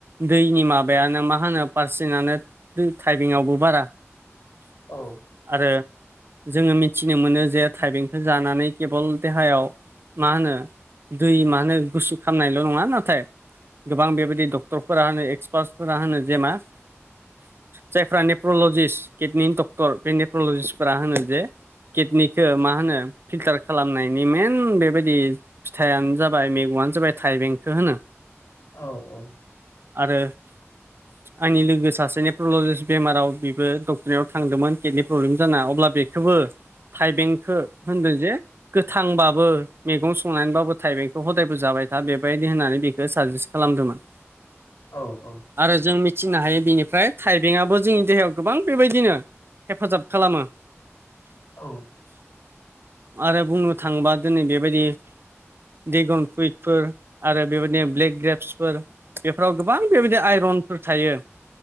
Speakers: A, on the right; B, on the left.
A: दैनि माबायानो मा होनो पारसेन्टानो थाइबेंआवबो बारा
B: औ
A: आरो जोङो मिथिनो मोनो जे थाइबेंखौ जानानै केबल देहायाव मा होनो दै मानो गुसु खालामनायल' नङा नाथाय गोबां बेबायदि डक्टरफोरा होनो एक्सपार्टफोरा होनो जे मा जायफ्रा नेप्रलजिस्ट किडनि डक्टर बे नेप्रलजिस्टफोरा होनो जे किडनिखौ मा होनो फिल्टार खालामनायनि मेइन बेबायदि फिथाइआनो जाबाय मैगंआनो जाबाय थाइबेंखौ होनो
B: औ औ
A: आरो आंनि लोगो सासे नेप्रल'जिस्ट बेमाराव बेबो डक्टरनाव थांदोंमोन किडनि प्रब्लेम जाना अब्ला बेखौबो थाइबेंखौ होनदों जे गोथांबाबो मैगं संनानैबाबो थाइबेंखौ हदायबो जाबाय था बेबायदि होननानै बे बेखौ साजेस्ट खालामदोंमोन
B: औ औ
A: आरो जों मिथिनो हायो बेनिफ्राय थाइबेंआबो जोंनि देहायाव गोबां बेबायदिनो हेफाजाब खालामो
B: औ
A: आरो बुंनो थाङोबा दिनै बेबायदि ड्रागन फ्रुइटफोर आरो बेबायदिनो ब्लेक ग्रेपसफोर बेफोराव गोबां बेबायदि आइर'नफोर थायो